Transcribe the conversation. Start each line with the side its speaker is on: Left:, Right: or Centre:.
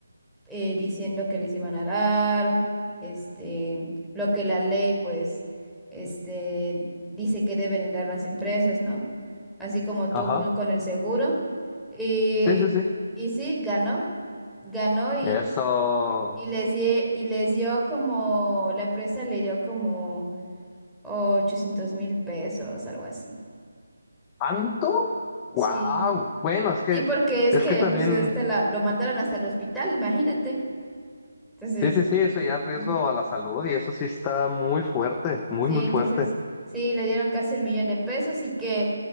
Centre: eh, diciendo que les iban a dar. Este, lo que la ley, pues, este, dice que deben dar las empresas, ¿no? Así como tú
Left: Ajá.
Centre: con, con el seguro. Y,
Left: Sí, sí, sí.
Centre: y sí, ganó. Ganó
Left: Eso.
Centre: y les, die- y les dio como, la empresa le dio como ochocientos mil pesos, algo así.
Left: ¿Tanto? Wow.
Centre: Sí.
Left: Bueno, es que
Centre: Sí, porque es
Left: es
Centre: que
Left: que también.
Centre: pues este la, lo mandaron hasta el hospital, imagínate. Entonces,
Left: Sí, sí, sí, eso ya es riesgo
Centre: sí,
Left: a la salud y eso sí está muy fuerte, muy,
Centre: sí,
Left: muy
Centre: entonces
Left: fuerte.
Centre: sí, le dieron casi un millón de pesos y que